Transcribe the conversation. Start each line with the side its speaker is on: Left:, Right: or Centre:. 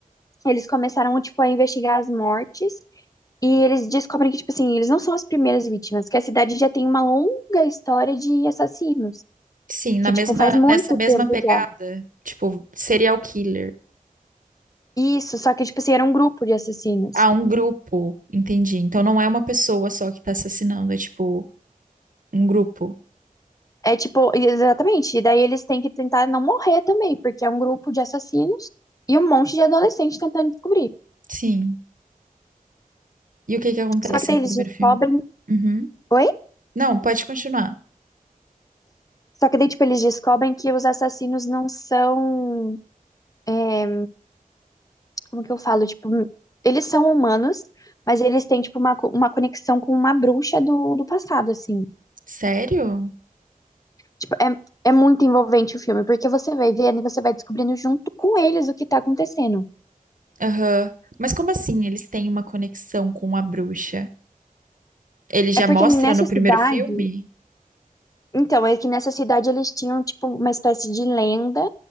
Left: eles começaram, tipo, a investigar as mortes E eles descobrem que, tipo assim, eles não são as primeiras vítimas, que a cidade já tem uma longa história de assassinos.
Right: sim, na
Left: Que,
Right: mesma,
Left: tipo, faz muito
Right: nessa mesma
Left: tempo
Right: pegada,
Left: já.
Right: tipo, serial killer.
Left: Isso, só que, tipo assim, era um grupo de assassinos.
Right: Ah, um grupo, entendi. Então não é uma pessoa só que tá assassinando, é tipo um grupo.
Left: É tipo, exatamente. E daí eles têm que tentar não morrer também, porque é um grupo de assassinos e um monte de adolescentes tentando descobrir.
Right: Sim. E o que que acontece
Left: Só que daí
Right: no
Left: eles
Right: primeiro
Left: descobrem.
Right: filme? Uhum.
Left: Oi?
Right: Não, pode continuar.
Left: Só que daí, tipo, eles descobrem que os assassinos não são. é, como que eu falo? Tipo, eles são humanos, mas eles têm, tipo, uma, co- uma conexão com uma bruxa do, do passado, assim.
Right: Sério?
Left: Tipo, é, é muito envolvente o filme, porque você vai vendo e você vai descobrindo junto com eles o que tá acontecendo.
Right: Aham. Mas como assim eles têm uma conexão com a bruxa? Ele já
Left: É
Right: mostra
Left: porque nessa
Right: no primeiro
Left: cidade.
Right: filme?
Left: Então, é que nessa cidade eles tinham, tipo, uma espécie de lenda